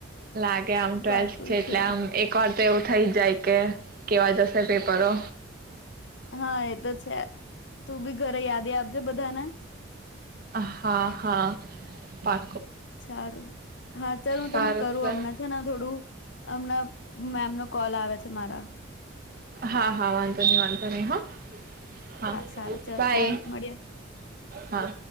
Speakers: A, on the right; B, on the left.
A: લાગે આમ ટ્વેલ્થ
B: પાકું
A: છે એટલે
B: શ્યોર
A: આમ એકજ તો એવું થઇ જ જાય કે કેવા જશે પેપરો
B: હા એ તો છે તું બી ઘરે યાદી આપજે બધાને
A: હા હા પા
B: સારું હા ચાલ હું
A: સારું
B: તને કરું
A: સર
B: હમણાં છે ને થોડું હમણાં મેમ નો કોલ આવે છે. તમારા
A: હા હા વાંધો નહી વાંધો નહી હ હા
B: સારું ચાલ
A: બાય
B: મળીએ
A: હા